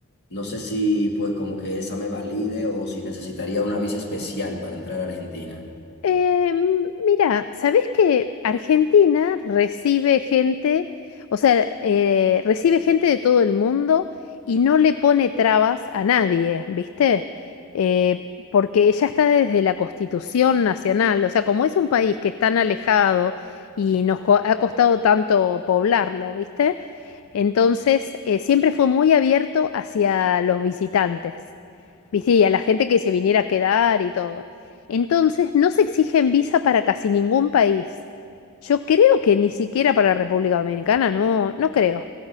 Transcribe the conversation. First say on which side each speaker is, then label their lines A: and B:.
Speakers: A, on the left (about 50°); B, on the left (about 70°).
A: no sé si pues como que esa me valide o si necesitaría una visa especial para entrar a Argentina.
B: Eh, mira, ¿sabés que Argentina recibe gente, o sea, eh, recibe gente de todo el mundo y no le pone trabas a nadie, ¿viste? Eh, porque ya está desde la Constitución Nacional, o sea, como es un país que es tan alejado y nos co- ha costado tanto poblarlo, ¿viste? Entonces, eh, siempre fue muy abierto hacia los visitantes. ¿viste? Y sí, a la gente que se viniera a quedar y todo. Entonces, no se exigen visa para casi ningún país. Yo creo que ni siquiera para República Dominicana, no, no creo.